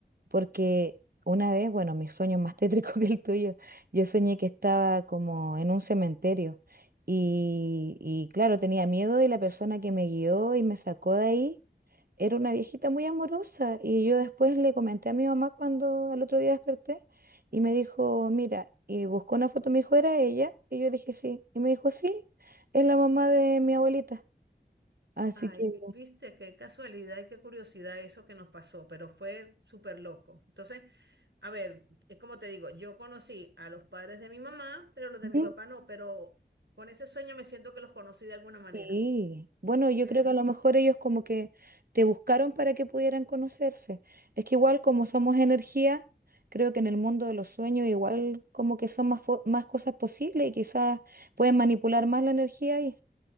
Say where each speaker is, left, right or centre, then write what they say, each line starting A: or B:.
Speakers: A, on the right; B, on the right.
A: porque una vez, bueno, mi sueño es más tétrico <laughs> que el tuyo, yo soñé que estaba como en un cementerio y, y claro, tenía miedo y la persona que me guió y me sacó de ahí era una viejita muy amorosa y yo después le comenté a mi mamá cuando al otro día desperté y me dijo, mira, y buscó una foto, me dijo, ¿era ella? Y yo le dije, sí, y me dijo, sí, es la mamá de mi abuelita, así
B: Ay,
A: que...
B: vi- viste, qué casualidad y qué curiosidad eso que nos pasó, pero fue súper loco. Entonces, a ver, es como te digo, yo conocí a los padres de mi mamá, pero los de mi
A: ¿sí?
B: papá no, pero con ese sueño me siento que los conocí de alguna manera,
A: Sí, bueno, yo
B: ¿ves?
A: creo que a lo mejor ellos como que te buscaron para que pudieran conocerse. Es que igual como somos energía, creo que en el mundo de los sueños igual como que son más, fo- más cosas posibles y quizás pueden manipular más la energía y